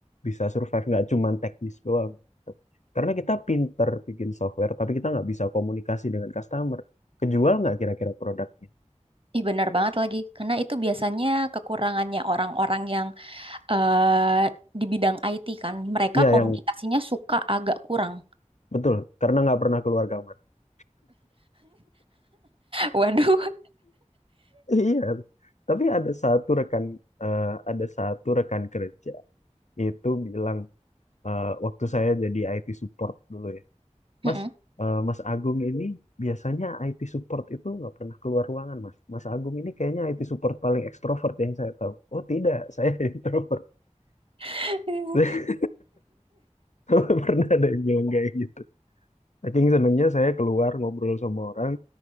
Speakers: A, on the left; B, on the right.
A: bisa survive nggak cuman teknis doang gitu. Karena kita pinter bikin software tapi kita nggak bisa komunikasi dengan customer. Kejual nggak kira-kira produknya?
B: Ih, benar banget lagi. Karena itu biasanya kekurangannya orang-orang yang eh, di bidang IT kan, mereka
A: Iya
B: komunikasinya
A: yang
B: suka agak kurang.
A: betul karena nggak pernah keluar kamar. <laughs>
B: <laughs> Waduh.
A: Iya. Tapi ada satu rekan eh, ada satu rekan kerja itu bilang eh, waktu saya jadi IT support dulu ya.
B: Mm-mm.
A: Mas, eh, Mas Agung ini biasanya IT support itu nggak pernah keluar ruangan, Mas. Mas Agung ini kayaknya IT support paling ekstrovert yang saya tahu. Oh tidak, saya <laughs> introvert.
B: <laughs>
A: Saya nggak pernah ada yang bilang kayak gitu. Saking senangnya saya keluar ngobrol sama orang,